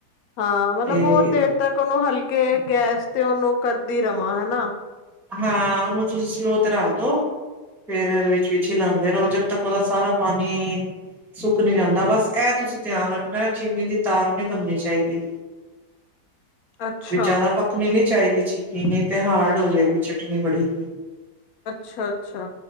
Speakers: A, on the left (about 70°); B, in the centre.
A: ਹਾਂ ਮਤਲਬ
B: ਤੇ
A: ਬਹੁਤ ਦੇਰ ਤੱਕ ਉਨੂੰ ਹਲਕੇ ਗੈਸ 'ਤੇ ਉਨੂੰ ਕਰਦੀ ਰਵਾਂ ਹਨਾ।
B: ਹਾਂ ਉਨੂੰ ਤੁਸੀਂ ਸਲੋ 'ਤੇ ਰੱਖ ਦੋ ਫੇਰ ਵਿੱਚ-ਵਿੱਚ ਹਿਲਾਦੇ ਰਹੋ ਜਦ ਤੱਕ ਉਦਾ ਸਾਰਾ ਪਾਨੀ ਸੁੱਕ ਨੀ ਜਾਂਦਾ ਬਸ ਐ ਤੁਸੀਂ ਧਿਆਨ ਰੱਖਣਾ ਚੀਨੀ ਦੀ ਤਾਰ ਨੀ ਬਣਨੀ ਚਾਈਦੀ।
A: ਅੱਛਾ
B: ਵੀ ਜਿਆਦਾ ਪੱਕਣੀ ਨੀ ਚਾਈਦੀ ਚੀਨੀ ਨਈ 'ਤੇ ਹਾਰਡ ਹੋਜੇਗੀ। ਚਟਨੀ ਬੜੀ।
A: ਅੱਛਾ-ਅੱਛਾ